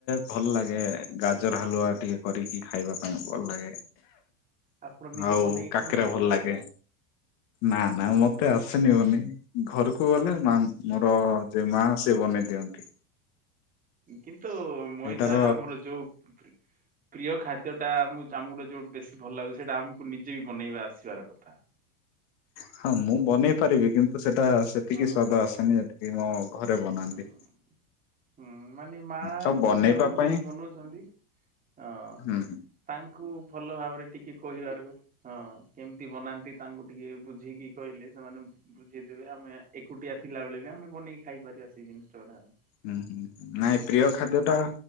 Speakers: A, on the left; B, on the right.
A: ଭଲ ଲାଗେ ଗାଜର ହାଲୁଆ ଟିକେ କରିକି ଖାଇବା ପାଇଁ ଭଲ ଲାଗେ।
B: ଆପଣ ନିଜେ
A: ଆଉ
B: ବନେଇକି
A: କାକେରା
B: ଖାଆନ୍ତି ସେଇଟା
A: ଭଲ ଲାଗେ। ନା
B: ଆଚ୍ଛା
A: ନା
B: ଆଚ୍ଛା।
A: ମତେ ଆସେନିି ବନେଇ ଘରକୁ ଗଲେ ମା ମୋର ଯେ ମା ସେ ବନେଇ ଦିଅନ୍ତି।
B: କିନ୍ତୁ ମୁଇଁ
A: ସେଇଟାର
B: ସାରେ ଆମର ଯୋଉ ପ୍ରିୟ ଖାଦ୍ୟଟା ଆମୁ ଆମୁ ଗୁଟେ ଯୋଉ ବେଶୀ ଭଲ ଲାଗୁଚି ସେଇଟା ଆମକୁ ନିଜେ ବି ବନେଇବା ଆସିବାର କଥା।
A: ହଁ ମୁଁ ବନେଇ ପାରିବି କିନ୍ତୁ ସେଟା ସେତିକି
B: ହୁଁ
A: ସ୍ଵାଦ
B: ହୁଁ।
A: ଆସେନି ଯେତିକି ମୋ ଘରେ ବନାନ୍ତି।
B: ହୁଁ। ହୁଁ ମାନେ ମା
A: ସବୁ
B: କି
A: ବନେଇବା
B: ଭଉଣୀ
A: ପାଇଁ
B: ଯିଏବି ବନଉଛନ୍ତି ହଁ
A: ହୁଁ
B: ତାଙ୍କୁ ଭଲ ଭାବରେ ଟିକେ କହିବାର ହଁ କେମିତି ବନାନ୍ତି ତାଙ୍କୁ ଟିକେ ବୁଝିକି କହିଲେ ସେମାନେ ବୁଝେଇଦେବେ ଆମେ ଏକୁଟିଆ ଥିଲା ବେଳେ ବି ଆମେ ବନେଇକି ଖାଇ ପାରିବା ସେ ଜିନିଷଗୁଡା ଆଉ।
A: ହୁଁ ହୁଁ ହୁଁ ନାଇଁ ପ୍ରିୟ ଖାଦ୍ୟଟା